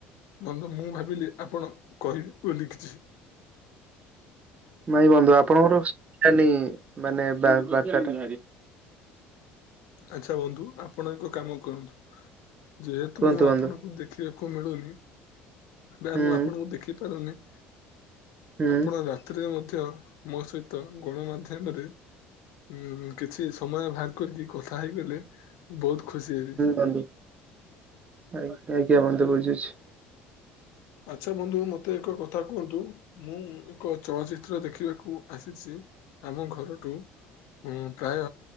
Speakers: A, on the left; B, on the right.
A: ବନ୍ଧୁ ମୁଁ ଭାବିଲି ଆପଣ କହିବେ ବୋଲି କିଛି।
B: ନାଇ ବନ୍ଧୁ ଆପଣଙ୍କର <unintelligible> ମାନେ ବା ବାର୍ତ୍ତାଟା
A: ଆଚ୍ଛା ବନ୍ଧୁ ଆପଣ ଏକ କାମ କରନ୍ତୁ ଯେହେତୁ
B: କୁହନ୍ତୁ
A: ମୁଁ
B: ବନ୍ଧୁ
A: ଆପଣଙ୍କୁ ଦେଖି ଖିବାକୁ ମିଳୁନି ବା
B: ହୁଁ
A: ମୁଁ ଆପଣଙ୍କୁ ଦେଖି ପାରୁନି
B: ହୁଁ
A: ଆପଣ ରାତିିରେ ମଧ୍ୟ ମୋ ସହିତ ଗଣମାଧ୍ୟମରେ ଉଁ କିଛି ସମୟ ବାହାର କରିକି କଥା ହେଇଗଲେ ମୁ ବହୁତ ଖୁସିହେବି।
B: ବନ୍ଦୁ ଆଜ୍ଞା ଆଜ୍ଞା ବନ୍ଧୁ ବୁଝୁଛି।
A: ଆଚ୍ଛା ବନ୍ଧୁ ମୋତେ ଏକ କଥା କୁଅନ୍ତୁ ମୁଁ ଏକ ଚଳଚିତ୍ର ଦେଖିବାକୁ ଆସିଛି। ଆମ ଘରଠୁ ହଁ ପ୍ରାୟ